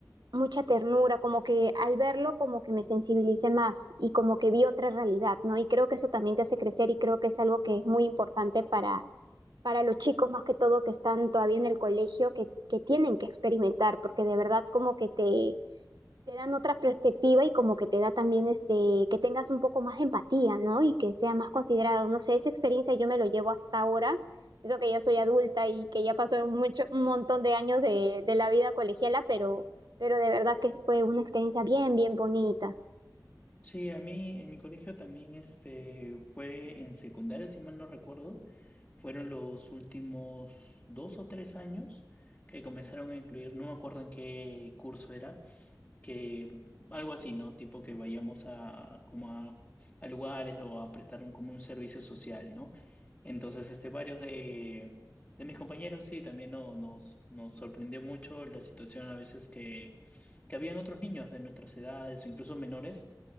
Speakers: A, on the right; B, on the left.
A: mucha ternura, como que al verlo como que me sensibilicé más y como que vi otra realidad, ¿no? Y creo que eso también te hace crecer y creo que es algo que es muy importante para para los chicos más que todo que están todavía en el colegio, que, que tienen que experimentar, porque de verdad como que te, te dan otra perspectiva y como que te da también este, que tengas un poco más de empatía, ¿no? Y que sea más considerado. No sé, esa experiencia yo me lo llevo hasta ahora. Eso que yo soy adulta y que ya pasaron mucho, un montón de años de, de la vida colegiala, pero, pero de verdad que fue una experiencia bien, bien bonita.
B: Sí, a mí en mi colegio también este, fue en secundaria, si mal no recuerdo, fueron los últimos dos o tres años que comenzaron a incluir, no me acuerdo en qué curso era, que algo así, ¿no? Tipo que vayamos a como a, a lugares o a prestar un como un servicio social, ¿no? Entonces, este, varios de, de mis compañeros, sí, también no- nos, nos sorprendió mucho la situación a veces que, que habían otros niños de nuestras edades o incluso menores